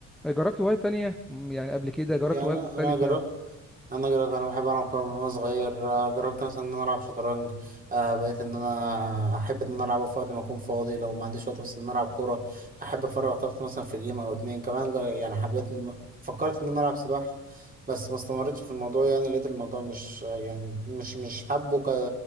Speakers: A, in the centre; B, on the right.
A: جربت هوايات تانية م، يعني قبل كده
B: يعني
A: جربت هوايات
B: انا
A: مختلفة
B: أنا جربت انا جربت انا بحب العب كوره من وانا صغير آه، جربت مثلا ان انا العب شطرنج آه بقيت ان انا احب ان انا العبه في وقت ما اكون فاضي لو ما عنديش وقت بس ان انا العب كوره احب افرغ طاقتي مثلا في جيم او اتنين كمان جر- يعني حبيت إن- فكرت ان انا العب سباحه بس ما استمرتش في الموضوع يعني لقيت الموضوع مش يعني مش مش حابه ك